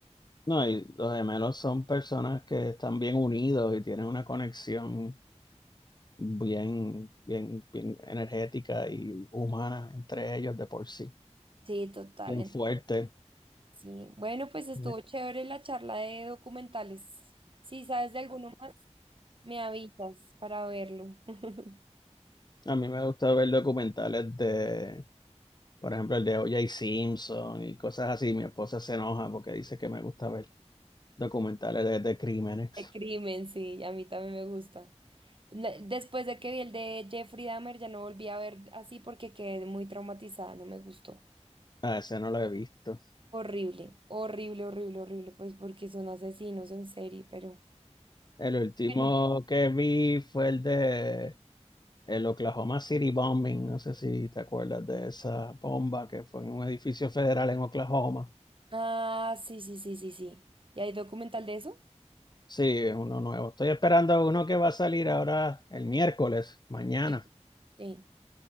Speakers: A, on the left; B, on the right.
A: No, y los gemelos son personas que están bien unidos y tienen una conexión bien, bien, bien energética y humana entre ellos de por sí.
B: Sí, total.
A: Bien
B: en-
A: fuerte.
B: Sí. Bueno, pues estuvo
A: Bien.
B: chévere la charla de documentales. Si sabes de alguno más, me avisas para verlo. <laughs>
A: A mí me gusta ver documentales de, por ejemplo, el de O.J. Simpson y cosas así. Mi esposa se enoja porque dice que me gusta ver documentales de, de crímenes.
B: De crimen, sí, a mí también me gusta. La- Después de que vi el de Jeffrey Dahmer, ya no volví a ver así porque quedé muy traumatizada, no me gustó.
A: A ese no lo he visto.
B: Horrible, horrible, horrible, horrible, pues porque son asesinos en serie, pero
A: El último
B: bueno.
A: que vi fue el de el Oklahoma City Bombing. No sé si te acuerdas de esa bomba que fue en un edificio federal en Oklahoma.
B: Ah, sí, sí, sí, sí, sí. ¿Y hay documental de eso?
A: Sí, es uno nuevo. Estoy esperando uno que va a salir ahora el miércoles, mañana,
B: Sí. Sí.